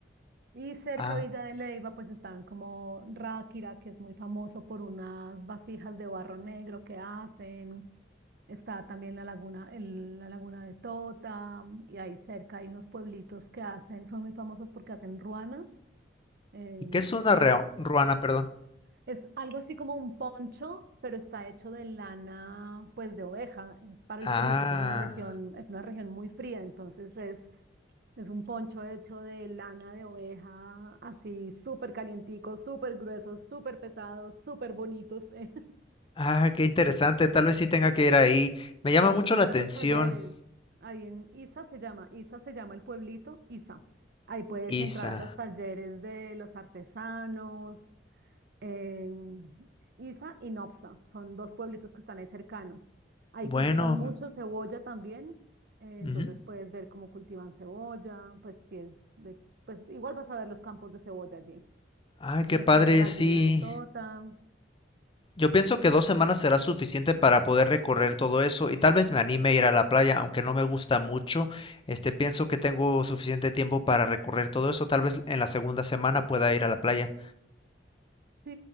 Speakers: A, on the right (about 60°); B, on the left (about 30°).
A: Y cerca
B: Ah,
A: a Villa de Leyva pues están como Ráquira, que es muy famoso por unas vasijas de barro negro que hacen. Está también la laguna, el- la laguna de Tota, y ahí cerca hay unos pueblitos que hacen, son muy famosos porque hacen ruanas. em,
B: ¿y qué es una rea- ruana, perdón?
A: es algo así como un poncho, pero está hecho de lana, pues de oveja, es para el
B: Ah,
A: frío, porque es una región, es una región muy fría, entonces es, es un poncho hecho de lana de oveja, así súper calientico, súper grueso, súper pesado, súper bonitos. <laughs> eh.
B: ah, qué interesante.
A: Mm.
B: Tal vez sí tenga que ir ahí. Me llama
A: Y ahí
B: mucho
A: puedes
B: la atención,
A: ver los talleres. Ahí en Isa se llama, Isa se llama el pueblito, Isa. Ahí puedes
B: Isa.
A: entrar a los talleres de los artesanos, eh, Isa y Nopsa, son dos pueblitos que están ahí cercanos. Ahí
B: Bueno,
A: cultivan mucho
B: mm,
A: cebolla también, eh,
B: ujú.
A: entonces puedes ver cómo cultivan cebolla, pues si es de- pues igual vas a ver los campos de cebolla allí.
B: Ay, qué
A: Está
B: padre,
A: la laguna
B: sí.
A: de Tota.
B: Yo pienso que 2 semanas será suficiente para poder recorrer todo eso y tal vez me anime a ir a la playa, aunque no me gusta mucho. Este, pienso que tengo suficiente tiempo para recorrer todo eso. Tal vez en la segunda semana pueda ir a la playa.
A: Sí,